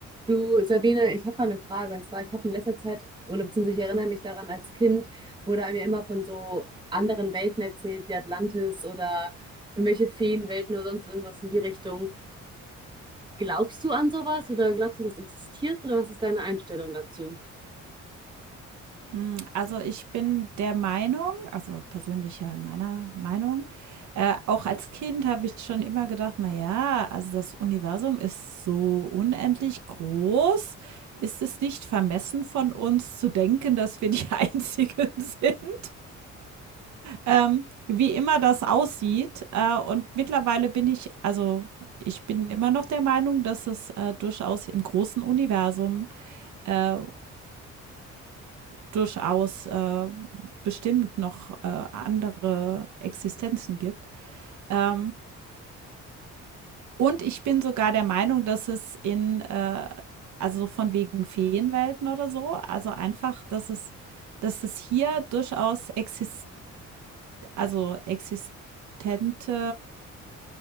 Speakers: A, on the right; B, on the right.
A: Du, Sabine, ich habe mal eine Frage. Und zwar, ich habe in letzter Zeit, oder beziehungsweise ich erinnere mich daran, als Kind wurde einem ja immer von so anderen Welten erzählt, wie Atlantis oder irgendwelche Feenwelten oder sonst irgendwas in die Richtung. Glaubst du an sowas oder glaubst du, das existiert oder was ist deine Einstellung dazu?
B: Hm, also, ich bin der Meinung also, persönlicher meiner Meinung, äh, auch als Kind habe ich schon immer gedacht: „Na ja, also, das Universum ist so unendlich groß. Ist es nicht vermessen von uns zu denken, dass wir die <laughs> Einzigen sind?“ Ähm, wie immer das aussieht, äh, und mittlerweile bin ich also, ich bin immer noch der Meinung, dass es, äh, durchaus im großen Universum, äh, durchaus, äh, bestimmt noch, äh, andere Existenzen gibt. Ähm, und ich bin sogar der Meinung, dass es in, äh also so von wegen Feenwelten oder so, also einfach, dass es dass es hier durchaus exist also existente